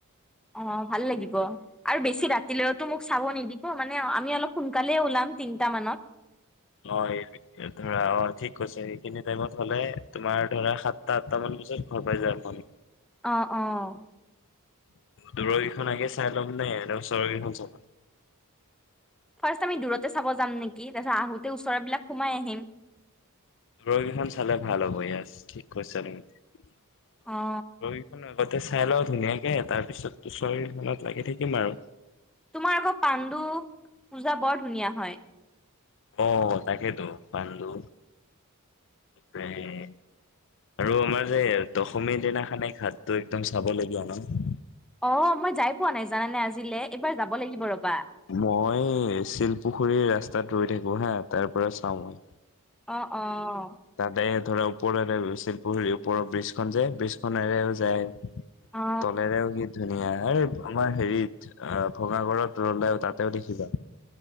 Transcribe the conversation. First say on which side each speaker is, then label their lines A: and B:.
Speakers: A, in the centre; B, on the left.
A: অ', ভাল লাগিব, আৰু বেছি ৰাতিলেওতো মোক চাব নিদিব মানে, আমি অলপ সোনকালেই ওলাম তিনিটা মানত।
B: অ', এই ধৰা অ', ঠিক কৈছে সেইখিনি টাইমত হ'লে তোমাৰ ধৰা সাতটা, আঠটা মান বজাত ঘৰ পায় যাম আমি।
A: অ', অ'।
B: দূৰৰকেইখন আগে চাই ল'ম নে এ ওচৰৰকেইখন চাব?
A: ফাৰ্ষ্ট আমি দূৰতে চাব যাম নেকি, তাৰপিছত আহোঁতে ওচৰবিলাক সোমাই আহিম।
B: দূৰকেইখন চালে ভাল হ'ব, ইয়েছ ঠিক কৈছা তুমি। দূৰগিখন
A: অ
B: আগতে চাই চাই লওঁ ধুনীয়াকে। তাৰপিছত ওচৰগিখনত লাগি থাকিম আৰু।
A: তোমাৰ আকৌ পাণ্ডু পূজা বৰ ধুনীয়া হয়।
B: অ', তাকেইেতো পান্দো, তাৰ আৰু আমাৰ যে দশমীৰ দিনাখে ঘাটটো একদম চাব লগীয়া ন?
A: অ', মই যাই পোৱা নাই জানানে আজিলে। এইবাৰ যাব লাগিব ৰবা।
B: মই শিলপুখুৰীৰ ৰাস্তাত ৰৈ থাকো হা, তাৰ পৰা চাওঁ মই।
A: অ', অ'।
B: তাতে ধৰা ওপৰ শিলপুখুৰীৰ ওপৰৰ ব্ৰ্ৰীজখন যায় ব্ৰ্ৰীজ খনেৰেও যায়।
A: অ
B: তলেৰেও কি ধুন ধুন এই আমাৰ হেৰিত ভঙাগডৰত ৰলেও তাতেও দেখিবা